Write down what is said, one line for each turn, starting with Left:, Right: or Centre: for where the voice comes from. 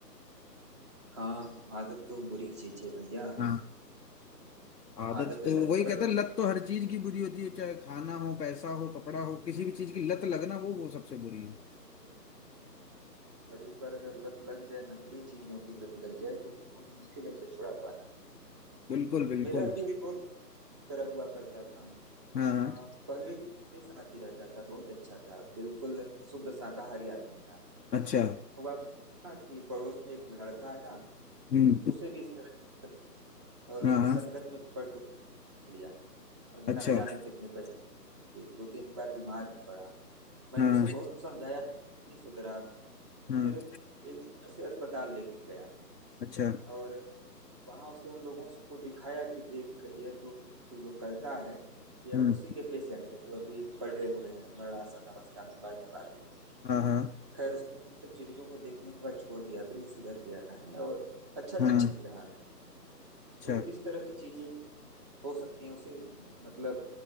Right: हाँ आदत तो बुरी चीज है भैया
Left: है आदत
Right: आदत
Left: तो
Right: अगर
Left: वही
Right: पड़
Left: कहता है लत तो हर चीज की बुरी होती है चाहे खाना हो पैसा हो कपड़ा हो किसी भी चीज की लत लगना वो वो सबसे बुरी है
Right: और एक बार अगर लत लग जाए नकली चीजों की लत लग जाए तो फिर बहुत मुश्किल है उसे छुड़ा पाना
Left: बिल्कुल बिल्कुल
Right: मेरा भी एक दोस्त इस तरह हुआ करता था
Left: हाँ हाँ
Right: आ, पहले मेरे साथ ही रहता था बहुत अच्छा था बिल्कुल शुद्ध शाकाहारी आदमी था
Left: अच्छा
Right: हुआ क्या था कि पड़ोस में एक लड़का आया
Left: हम्म
Right: उसे भी इस तरह की आदत थी, और
Left: हाँ
Right: उसकी
Left: हाँ
Right: संगत में पड़ के उठ लिया और
Left: अच्छा
Right: न जाने कितने पैसे दिए दो तीन बार बीमार भी पड़ा मैंने
Left: हाँ
Right: उसे बहुत समझाया नहीं सुधरा
Left: हाँ
Right: फिर एक दिन उसे अस्पताल लेके गया
Left: अच्छा
Right: और वहां उसे उन लोगों को दिखाया कि देख यह जो तू जो करता है यह
Left: हम्म
Right: उसी के पेशेंट है जो अभी पड़े हुए हैं मरणासन अवस्था में मरने वाले हैं
Left: हाँ हाँ
Right: खैर उसने इन सब चीजों को देखने के बाद छोड़ दिया अभी वो सुधर गया है और अच्छा जीवन
Left: हाँ अच्छा
Right: जी रहा है
Left: अच्छा
Right: तो इस तरह की चीजें हो सकती हैं उसे मतलब